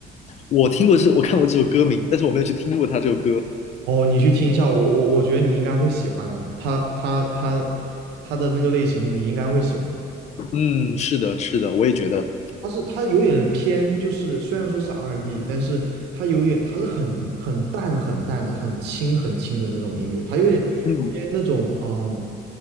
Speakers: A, on the left; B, on the right.
A: 我听过这，我看过这首歌名，但是我没有去听过他这首歌。
B: 哦，你去听一下，我我我觉得你应该会喜欢的，他他他他的那个类型你应该会喜欢的
A: 嗯，是的，是的，我也觉得，
B: 他是他有点偏，就是虽然说是 R&B，n 但是他有点他是很很淡很淡的，很轻很轻的那种音乐，他有点偏那种嗯
A: 嗯，